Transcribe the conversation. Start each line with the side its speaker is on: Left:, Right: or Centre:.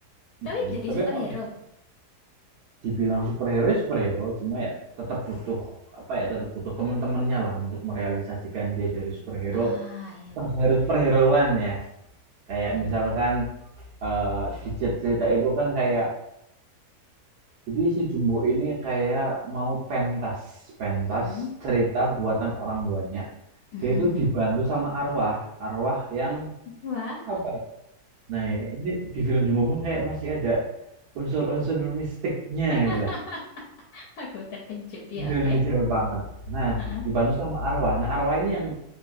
Right: Mm-mm.
Left: Tapi jadi
Right: tapi
Left: superhero.
Right: emang dibilang superhero ya superhero cuma ya tetap butuh apa ya tetap butuh teman-temannya lah untuk merealisasikan dia jadi superhero
Left: Ah, iya
Right: superhero
Left: benar.
Right: superheroan ya kayak
Left: Ah.
Right: misalkan eh, di cer- cerita itu kan kayak Jadi si Jumbo ini kayak mau pentas, pentas
Left: Mm-mm.
Right: cerita buatan orang tuanya.
Left: Mm-mm.
Right: Dia itu dibantu sama arwah, arwah yang
Left: Wah,
Right: apa ya? Nah ya ini di film Jumbo pun kayak masih ada unsur-unsur mistiknya
Left: <laughs>
Right: gitu lah.
Left: aku terkejut ya,
Right: Indonesia
Left: oke.
Right: banget. Nah
Left: Heeh.
Right: dibantu sama arwah. Nah arwah ini yang